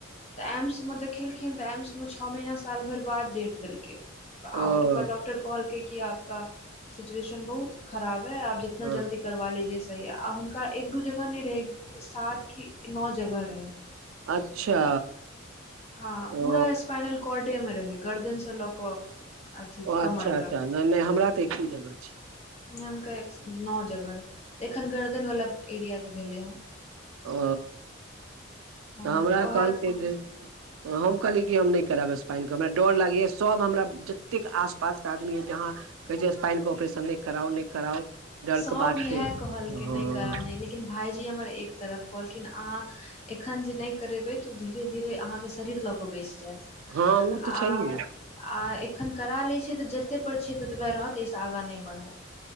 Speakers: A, on the left; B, on the right.
A: तऽ एम्स में देखेलखिन तऽ एम्स मे छओ महीना साल भरि बाद डेट देलकै
B: ओ
A: आओतुका वॉटर कहलके कि आपक सिचुएशन बहुत खराब है आ ज इतना
B: हँ
A: जल्दी करवा लीजे सह हुनका एक दू जगह नहि रहै सात की नओ जगह रह
B: अच्छा
A: हँ पूरा
B: ओ
A: स्पाइनल कोर्ड मे रहे गर्दन से लऽ कऽ अथी
B: ओ
A: कमर
B: अच्छा अच्छा
A: तक
B: नहि नहि हमरा त एक ही जगह छ
A: नहि हुनका नओ जगह रहे त एखन गर्दन वाला एरिया के भेले
B: ओ
A: हँ
B: तऽ हमरा
A: ओएह
B: कहलकै
A: कहल
B: ज हम कहलियै कि हम नहि करब स्पाइनके हमरा डर लागैए सभ हमरा जतेक आसपासके आदमी य जहाँ कै छै स्पाइन को ऑपरेशन नय कराउ नहि कराउ डर
A: सभ
B: के बात
A: इएह
B: छै हँ
A: कहलखिन नहि करउ नहि लेकिन भायजी हमर एक तरफ कहलखिन अहाँ एखन जे नहि करेबै तऽ ओ धीरे धीरे अहाँके शरीर लऽ कऽ बचि जायत
B: हँ ओ तऽ छैहे
A: आ आ एखन करा लैत छैै तऽ जतेक परर छिय ततबा रहत एहिसँ आगाँ नहि बढ़त